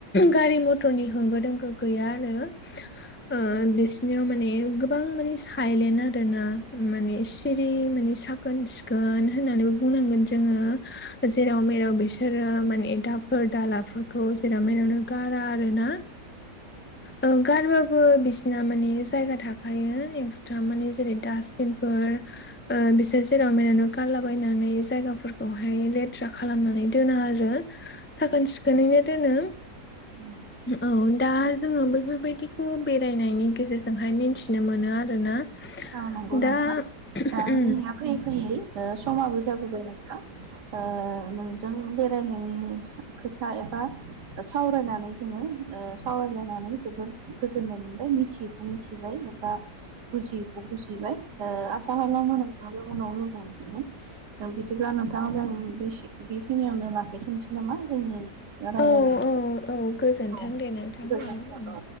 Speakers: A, on the left; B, on the right.
A: गारि मथरनि होंगो दोंगो गैया आरो ओ बिसिनियाव माने गोबां माने सायलेन्ट आरो ना। माने सिरि माने साखोन सिखोन होननानैबो बुंनांगोन जोंङो। जेराव मेराव बिसोरो माने दाफोर दालाफोरखौ जेराव मेरावनो गारा आरो ना। ओ गारो बो बिसिना माने जायगा थाखायो एक्सट्रा माने जेरै दडासबिनफोर ओ बिसोर जेराव मेरावनो गारलाबायनानै जायगाफोरखौहाय ले थ्रा खालामनानै दोना आरो साखोन सिखोनैनो दोनो।
B: <inaudible>
A: औ दा जोंङो बेैफोरबायादिखौ बेरायनायनि गेजेरजोंहाय मिथिनो मोनो आरो ना।
B: औ नंगौ नोंथां
A: दा ओम
B: दा जोंनिया फैयै फैयै ओ समाबो जाबोबाय ना ओ नोंजों बेरायनायनि खोथा एबा सावरायनानै जोंङो ओ सावरायलायनानै जोबोद गोजोननाय मोनबाय मिथि मिथिबाय एबा बुजि बाय ओ आसा खालामो नोंथांजो उनाव लोगो हमफिनगोन। जों बिदिब्ला नोंथाङा जों बेखिनियावनो लाखिथनोसै नामा जोंनि राय्लायनायखौ
A: औ औ औ गोजोन्थों
B: औ
A: दे नोंथां
B: गोजोनथों।
A: औ